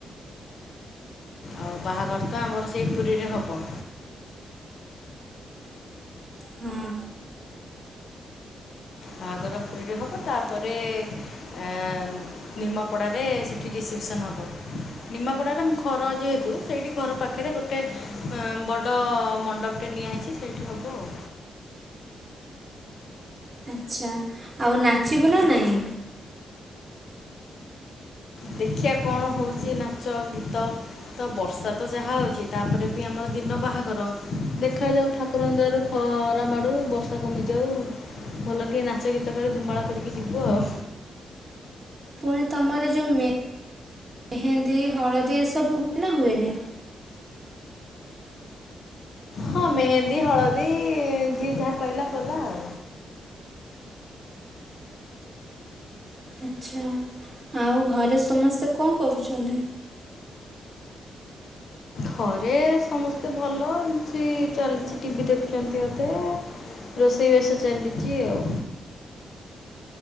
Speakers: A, on the left; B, on the right.
A: ଆଉ ବାହାଘର ତ ଆମର ସେଇ ପୁରୀରେ ହବ।
B: ହଁ।
A: ବାହାଘର ପୁରୀରେ ହେବ, ତାପରେ ଆ ନିମାପଡ଼ାରେ ସେଠି ରିସେପ୍ସନ ହବ। ନିମାପଡ଼ାରେ ଘର ଯେହେତୁ ସେଇଠି ଘର ପାଖରେ ଗୋଟେ ଗୋଟେ ହଁ ବଡ଼ ମଣ୍ଡପଟେ ନିଆ ହେଇଛି ସେଇଠି ହବ ଆଉ।
B: ଆଚ୍ଛା। ଆଉ ନାଚିବୁ ନା ନାଇଁ?
A: ଦେଖିଆ କଣ ହଉଛି, ନାଚ, ଗୀତ ତ ବର୍ଷା ତ ଯାହା ହଉଛି ତାପରେ ବି ଆମର ଦିନ ବାହାଘର ଦେଖାଯାଉ ଠାକୁ। ଠାକୁରଙ୍କ ଦୟାରୁ ଖରା ମାଡୁ ବର୍ଷା କମିଯାଉ। ଭଲ କି ନାଚ ଗୀତ କରି ଧୁମାଳ କରିକି ଯିବୁ ଆଉ।
B: ପୁଣି ତମର ଯେଉଁ ମେହେନ୍ଦୀ ହଳଦୀ ଏସବୁ ହୁଏ ନା ହୁଏନି।
A: ହଁ ମେହେନ୍ଦୀ ହଳଦୀ ଯିଏ ଯାହା ପାଇଲା କଲା ଆଉ।
B: ଆଚ୍ଛା ଆଉ ଘରେ ସମସ୍ତେ କଣ କରୁଛନ୍ତି।
A: ଘରେ ସମସ୍ତେ ଭଲ ଏମିତି ଚାଲିଛି ଟିଭିି ଦେଖୁଛନ୍ତି ଅଧେ। ରୋଷେଇ ବାସ ଚାଲିଛି ଆଉ।